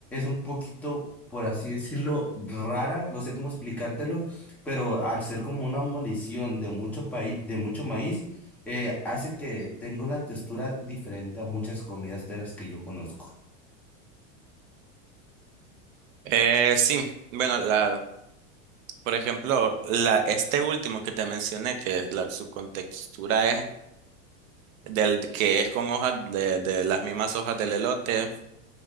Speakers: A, in the centre; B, on the right (about 75°).
A: un poquito, por así decirlo, rara, no sé cómo explicártelo, pero al ser como una molición de mucho paí- de mucho maíz, eh, hace que tenga una textura diferente a muchas comidas de las que yo conozco.
B: Eh, sí, bueno, la, por ejemplo, la, este último que te mencioné, que la, su contextura es del que es con hojas de, de las mismas hojas del elote,